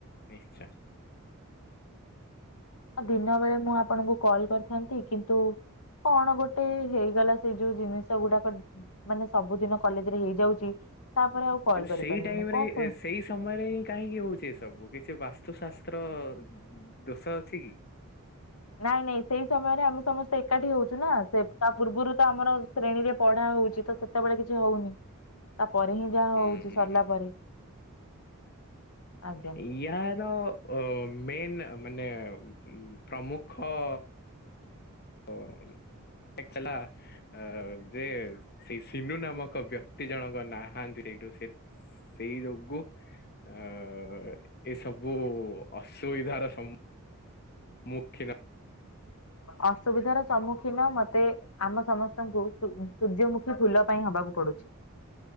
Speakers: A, on the left (about 45°); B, on the left (about 85°).
A: ନିଶ୍ଚୟ।
B: ଆଉ ଦିନବେଳେ ମୁଁ ଆପଣଙ୍କୁ କଳି କରିଥାନ୍ତି କିନ୍ତୁ କଣ ଗୋଟେ ହେଇଗଲା ସେ ଯୋଉ ଜିନିଷ ଗୁଡ଼ାକ ମାନେ ସବୁଦିନ କଲେଜ ରେ ହେଇଯାଉଛି ତାପରେ ଆଉ କଲ୍
A: ଦି
B: କରିପାରୁନି
A: ସେଇ ଟାଇମ୍
B: ମୁଁ କଣ
A: ରେ
B: କର
A: ଏସ୍ ସେଇ ସମୟରେ ଇଁ କାହିଁକି ହଉଛି ଏ ସବୁ କିଛି ବାସ୍ତୁଶାସ୍ତ୍ର ଦୋଷ ଅଛି କି?
B: ନାଇଁ ନାଇଁ ସେଇ ସମୟରେ ଆମେ ସମସ୍ତେ ଏକାଠି ହଉଛୁ ନା ସେ ତା ପୂର୍ବରୁ ତ ଆମର ଶ୍ରେଣୀରେ ପଢ଼ା ହଉଛି ତ ସେ ସେତେବେଳେ କିଛି ହଉନି ତାପରେ ହିଁ ଯାହା
A: ହୁଁ
B: ହଉଛି
A: ହୁଁ
B: ସରିଲା ପରେ। ଆଜ୍ଞା।
A: ଏଇ ୟାର ଅ ମେନ୍ ମାନେ ପ୍ରମୁଖ ଅ ଟେକ୍ସେଲା ଅ ଯେ ସେଇ ସିନୁ ନାମକ ବ୍ୟକ୍ତି ଜଣଙ୍କ ନାହାନ୍ତି ହେଇଠୁ ସେ ସେଇ ଯୋଗୁ ଅ ଏସବୁ ଅସୁବିଧାର ସମୁ ମୁଖୀନ
B: ଅସୁବିଧାର ସମ୍ମୁଖୀନ ମତେ ଆମ ସମସ୍ତଙ୍କୁ ସୁ ସୂର୍ଯ୍ୟମୁଖୀ ଫୁଲ ପାଇଁ ହବାକୁ ପଡ଼ୁଚି।